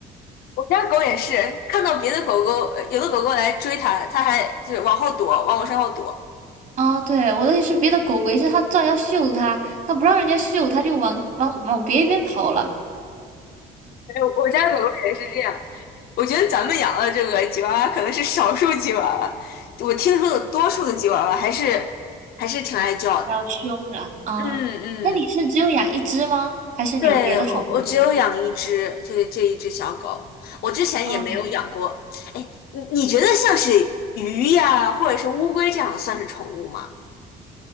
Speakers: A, on the left (about 65°); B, on the right (about 50°).
A: 我家狗也是，看到别的狗狗，呃有的狗狗来追它，它还就是往后躲，往我身后躲。
B: 啊，对，我的意思是别的狗围着它转要嗅它，它不让人家嗅，它就往往往别一边跑了，
A: 哎我我家狗狗也是这样。我觉得咱们养的这个吉娃娃可能是少数吉娃娃，我听说的多数的吉娃娃还是还是挺爱叫的。
B: 比较凶的啊。
A: 嗯嗯，
B: 那你是只有养一只吗？还是你有别的宠物？
A: 对，我我只有养一只，就是这一只小狗，我之前也没有养过。
B: 嗯
A: 哎，你你觉得像是鱼呀，或者是乌龟这样的算是宠物吗？